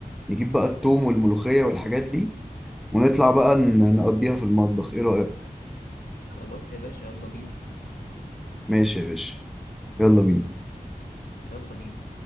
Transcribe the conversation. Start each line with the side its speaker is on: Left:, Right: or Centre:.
Centre: نجيب بقى التوم والملوخية والحاجات دي ونطلع بقى ن- نقضيها في المطبخ ايه رأيك
Left: خلاص يا باشا يلا بينا
Centre: ماشي يا باشا يلا بينا
Left: يلا بينا